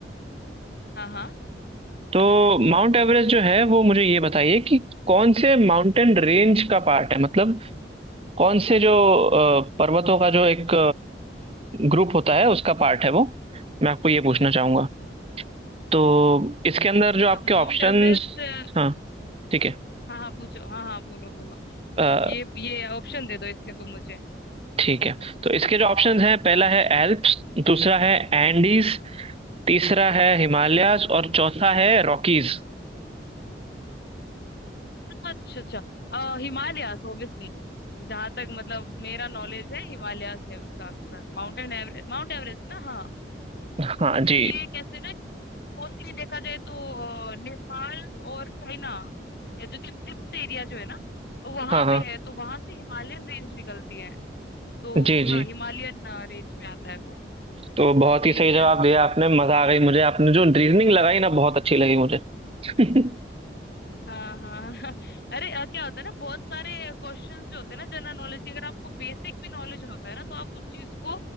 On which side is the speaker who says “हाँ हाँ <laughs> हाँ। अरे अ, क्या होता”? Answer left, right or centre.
Left